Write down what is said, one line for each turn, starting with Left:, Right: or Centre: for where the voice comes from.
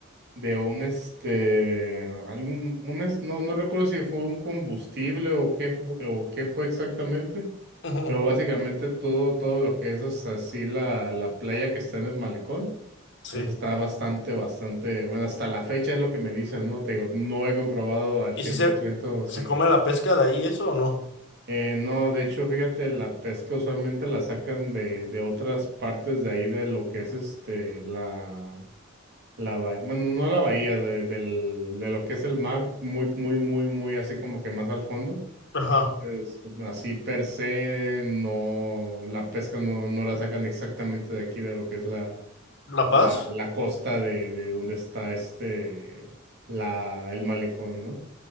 Right: de un este algún un es- no, no recuerdo si fue un combustible o qué fu- o qué fue exactamente,
Left: Ujú,
Right: pero básicamente todo, todo lo que es hasta así la, la playa que está en el malecón,
Left: Sí.
Right: pues está bastante, bastante, bueno, hasta la fecha es lo que me dicen, ¿no? Te digo, no he comprobado al
Left: ¿Y
Right: 100%
Left: si se,
Right: si
Left: se come la pesca de ahí eso o no?
Right: eh, no, de hecho, fíjate, la pesca usualmente la sacan de, de otras partes de ahí de lo que es este la La bahía, bueno, no la bahía, de, del- de lo que es el mar, muy, muy, muy, muy así como que más al fondo.
Left: Ajá.
Right: Entonces, Así per se, no, la pesca no, no la sacan exactamente de aquí, de lo que es la,
Left: ¿La Paz?
Right: la, la costa de, de donde está este, la, el malecón, ¿no?